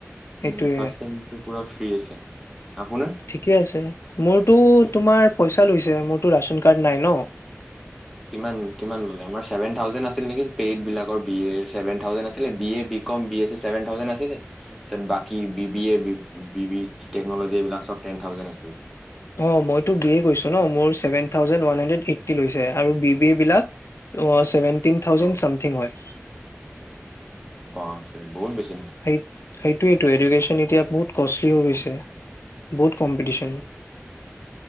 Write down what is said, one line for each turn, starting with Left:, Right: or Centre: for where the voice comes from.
Left: সেইটোয়ে
Centre: উম, ফাৰ্ষ্ট চেমটো পুৰা ফ্ৰী আছে। আপোনাৰ?
Left: ঠিকে আছে। মোৰতো তোমাৰ পইচ <unintelligible> লৈছে মোৰতো ৰাচন কাৰ্ড নাই ন'।
Centre: কিমান কিমান ল'লে আমাৰ ছেভেন থাউজেণ্ড আছিল নেকি? পেইড বিলাগৰ বি এৰ ছেভেন থাউজেণ্ড আছিলে। B A, B com, B S চিৰ ছেভেন থাউজেণ্ড আছিলে তাৰপিছত বাকী B B A, B B কিটেকনলজী এইবিলাক টেন থাউজেণ্ড আছিল।
Left: অ', মইতো বি এ কৰিছোঁ ন' মোৰ seven thousand one hundred eighty লৈছে আৰু বি বি এবিলাক অ, seven <unintelligible> tin thousand
Centre: uh
Left: something হয়।
Centre: বাপৰে। বহুত বেছি।
Left: সেই সেইটোৱেইটো এডুকেশ্যন এতিয়া বহুত কষ্টলি হৈ গৈছে, বহুত কম্পিটিচন।